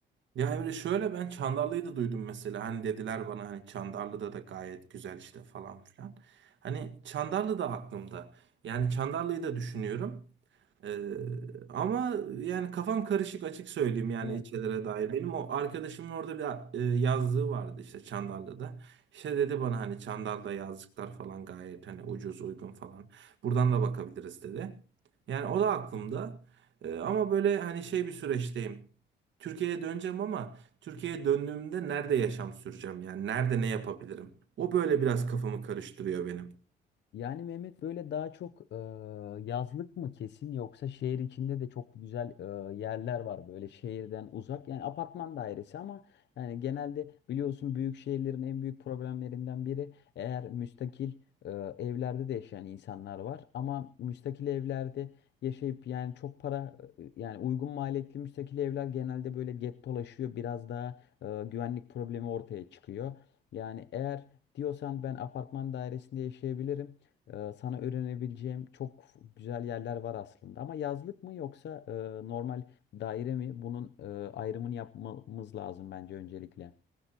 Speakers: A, on the right (about 70°); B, on the left (about 60°).
A: Ya Emre şöyle ben Çandarlı'yı da duydum mesela hani dediler bana hani Çandarlı'da da gayet güzel işte falan filan. Hani Çandarlı da aklımda. Yani Çandarlı'yı da düşünüyorum. Ee, ama yani kafam karışık açık söyleyeyim yani
B: Değil mi?
A: ilçelere dair. Benim o arkadaşımın orada bir e, yazlığı vardı işte Çandarlı'da. İşte dedi bana hani Çandarlı'da yazlıklar falan gayet hani ucuz uygun falan. Buradan da bakabiliriz dedi. Yani o da aklımda. Ee, ama böyle hani şey bir süreçteyim. Türkiye'ye döneceğim ama Türkiye'ye döndüğümde nerede yaşam süreceğim yani nerede ne yapabilirim? O böyle biraz kafamı karıştırıyor benim.
B: Yani Mehmet böyle daha çok e, yazlık mı kesin yoksa şehir içinde de çok güzel e, yerler var böyle şehirden uzak. Yani apartman dairesi ama yani genelde biliyorsun büyük şehirlerin en büyük problemlerinden biri eğer müstakil e, evlerde de yaşayan insanlar var. Ama müstakil evlerde yaşayıp yani çok para e, yani uygun maliyetli müstakil evler genelde böyle gettolaşıyor. Biraz daha e, güvenlik problemi ortaya çıkıyor. Yani eğer diyorsan ben apartman dairesinde yaşayabilirim. Ee, sana öğrenebileceğim çok güzel yerler var aslında. Ama yazlık mı yoksa e, normal daire mi? Bunun e, ayrımını yapmamız lazım bence öncelikle.